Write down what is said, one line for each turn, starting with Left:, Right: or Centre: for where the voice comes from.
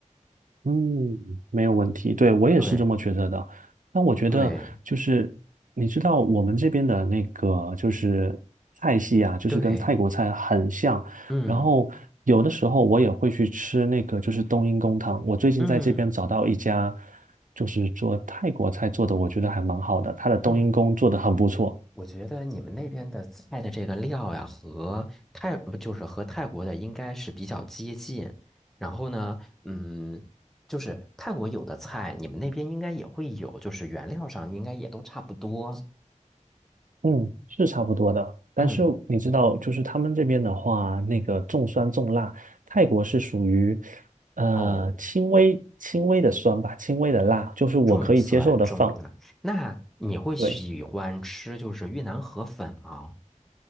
Right: 嗯，没有问题，对，我也是这么觉得的。
Centre: 对
Right: 那我觉得就是，
Centre: 对
Right: 你知道我们这边的那个就是菜系啊，就是跟泰国菜很像。
Centre: 对，嗯
Right: 然后有的时候我也会去吃那个就是冬阴功汤。我最近在这边找到一家
Centre: 嗯
Right: 就是做泰国菜做的，我觉得还蛮好的，它的冬阴功做的很不错。
Centre: 嗯我觉得你们那边的菜的这个料呀，和泰不就是和泰国的应该是比较接近。然后呢，嗯，就是泰国有的菜，你们那边应该也会有，就是原料上应该也都差不多。
Right: 嗯，是差不多的。但是你知道，
Centre: 嗯，
Right: 就是他们这边的话，那个重酸重辣，泰国是属于呃轻微轻微的酸吧，
Centre: 哦，
Right: 轻微的辣，就是我可以接受的范围。
Centre: 重酸重辣。那你会喜欢吃就是越南河粉吗？
Right: 对，